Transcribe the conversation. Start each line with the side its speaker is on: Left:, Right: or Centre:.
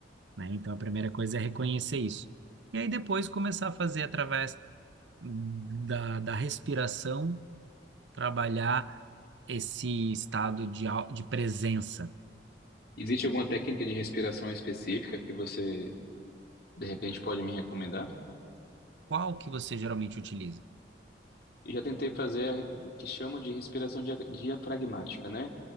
Right: né? Então, a primeira coisa é reconhecer isso. E aí depois começar a fazer através da, da respiração trabalhar esse estado de, au- de presença?
Left: Existe alguma técnica de respiração específica que você, de repente, pode me recomendar?
Right: Qual que você geralmente utiliza?
Left: Eu já tentei fazer a que chamam de respiração dia- diafragmática, né?